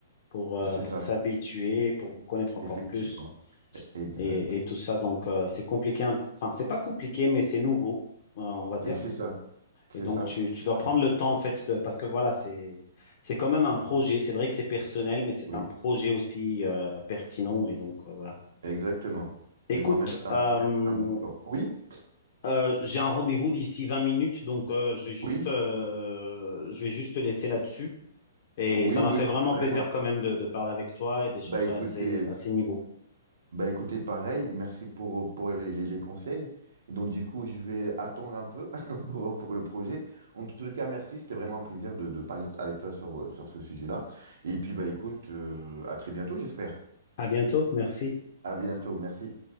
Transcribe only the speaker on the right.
c'est
ça,
effectivement.
Exact.
Et c'est ça, c'est
ça,
c'est
ça.
Oui.
Exactement.
Mais voire même, c'est un
projet important. Oui,
oui,
oui,
oui,
pas
de problème.
Bah écoutez,
bah écoutez, pareil, merci pour, pour les, les- les conseils. Et donc du coup, je vais attendre un peu <laughs> pour, pour le projet. En tout cas, merci, c'était vraiment un plaisir de, de parler avec toi sur, sur ce sujet-là. Et puis bah écoute, euh, à très bientôt, j'espère.
À bientôt, merci.